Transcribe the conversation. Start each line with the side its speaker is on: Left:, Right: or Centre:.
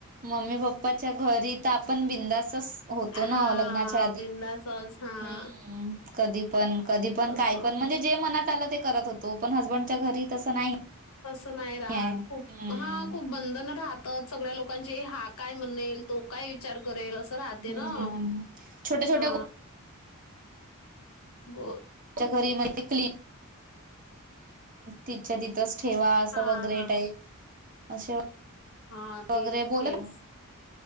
Right: मम्मी, पप्पाच्या घरी तर आपण बिंदास अस होतो ना
Left: हां,
Right: लग्नाच्या आधी
Left: बिनधास्तच हां,
Right: हम्म कधी पण, कधी पण
Left: असं.
Right: काय पण म्हणजे जे मनात आलं ते करत होतो पण हसबंडच्या घरी तसं नाही
Left: तसं नाही राहात
Right: आहे.
Left: खूप
Right: हम्म
Left: हा खूप बंधन राहतात सगळ्या लोकांचे हा काय म्हनेल तो काय विचार करेल असं राहते
Right: हम्म
Left: ना
Right: छोट्या छोट्या
Left: हा हो
Right: च्या घरी महि क्ली तिच्या तिथच ठेवा असं
Left: हां,
Right: वगैरे टाई असे
Left: हा
Right: वगैरे
Left: ते
Right: बोलत
Left: तेच